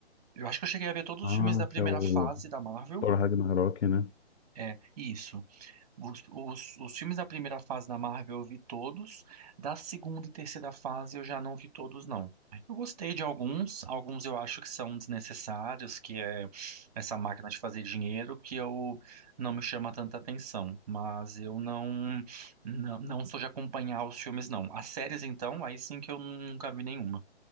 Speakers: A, on the right; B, on the left.
A: Eu acho que eu cheguei a ver todos
B: Ah,
A: os filmes da primeira
B: que é o
A: fase da Marvel.
B: Thor Ragnarok, né?
A: É, isso. Os, os, os filmes da primeira fase da Marvel eu vi todos, da segunda e terceira fase eu já não vi todos, não. Eu gostei de alguns, alguns eu acho que são desnecessários, que é essa máquina de fazer dinheiro, que eu não me chama tanta atenção, mas eu não, não, não sou de acompanhar os filmes, não. As séries, então, aí sim que eu nunca vi nenhuma.